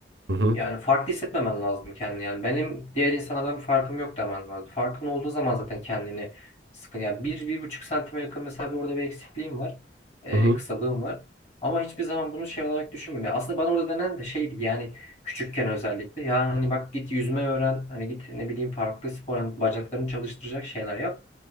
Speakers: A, on the right (about 75°); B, on the left (about 40°).
A: Hı hı,
B: Yani farklı hissetmemen lazım kendini. Yani benim diğer insanlardan bir farkım yok demen lazım. Farkın olduğu zaman zaten kendini sıkın. Yani bir, bir buçuk santime yakın mesela bir orada bir eksikliğim var. Ee,
A: hı hı,
B: kısalığım var. Ama hiçbir zaman bunu şey olarak düşünmüyorum. Yani aslında bana orada denen de şeydi yani küçükken özellikle. Yani hani bak git yüzme öğren. Hani git ne bileyim farklı spor hani bacaklarını çalıştıracak şeyler yap.